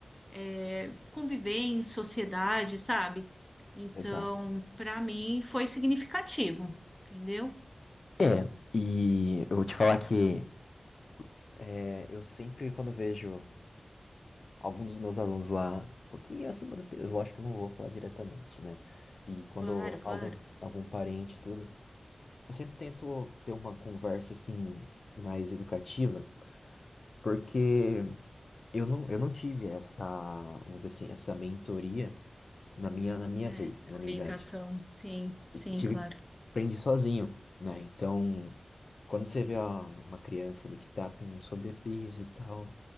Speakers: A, in the centre; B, on the left (about 60°).
A: é, conviver em sociedade, sabe? Então,
B: Exato.
A: para mim foi significativo, entendeu?
B: É, e eu vou te falar que é, eu sempre, quando vejo algum dos meus alunos lá, um pouquinho acima do peso, lógico que eu não vou falar diretamente, né? E quando
A: Claro, claro.
B: algum, algum parente, e tudo, eu sempre tento ter uma conversa assim, mais educativa, porque eu não, eu não tive essa, vamos dizer assim, essa mentoria na minha, na minha
A: É,
B: vez,
A: essa
B: na
A: orientação,
B: minha idade.
A: sim, sim,
B: Tive,
A: claro.
B: aprendi sozinho, né? Então, quando você vê a- uma criança ali que tá com sobrepeso e tal.